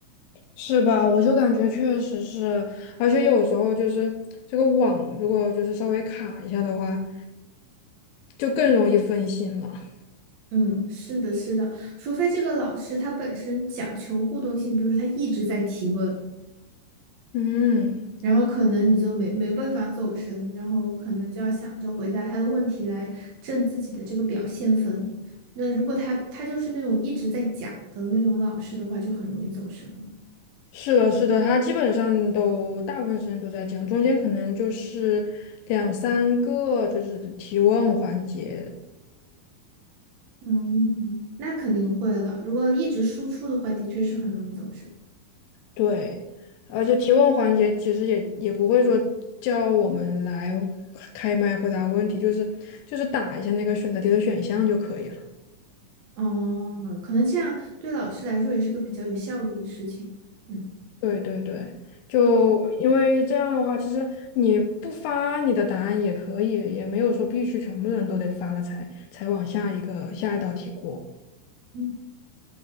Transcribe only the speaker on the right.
嗯，是的，是的，除非这个老师他本身讲求互动性，比如说他一直在提问，
然后可能你就没没办法走神，然后可能就要想着回答他的问题来挣自己的这个表现分。那如果他他就是那种一直在讲的那种老师的话，就很容易走神了
嗯，那肯定会了。如果一直输出的话，的确是很容易走神。
哦，可能这样对老师来说也是个比较有效率的事情。嗯
嗯。
嗯